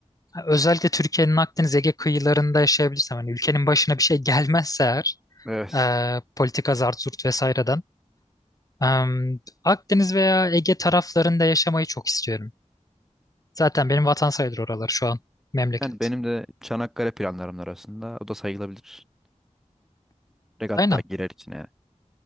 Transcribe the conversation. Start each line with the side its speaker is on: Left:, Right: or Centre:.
Left: Özellikle Türkiye'nin Akdeniz Ege kıyılarında yaşayabilirsem hani ülkenin başına bir şey gelmezse eğer
Centre: Evet.
Left: e, politika zart zurt vesaireden. e, Akdeniz veya Ege taraflarında yaşamayı çok istiyorum. Zaten benim vatan sayılır oralar şu an memleket.
Centre: Yani benim de Çanakkale planlarım arasında o da sayılabilir. Regatta
Left: Aynen.
Centre: girer içine yani.